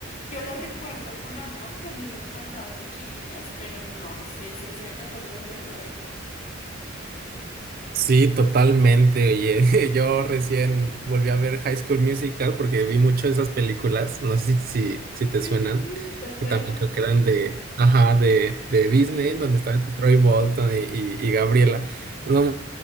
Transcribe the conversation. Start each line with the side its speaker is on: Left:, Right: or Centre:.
Left: yo lo recuerdo con amor, que a mí me encantaban de chiquitas, pero no sé si sea capaz de volverlo a ver.
Right: Sí, totalmente. Oye, <laughs> yo recién volví a ver High School Musical porque vi mucho esas películas. No sé si, si, si te
Left: Sí,
Right: suenan,
Left: sí, sí. Total.
Right: que también creo que eran de, ajá, de, de
Left: Disney.
Right: Disney, donde estaban Troy Bolton y, y, y Gabriela. No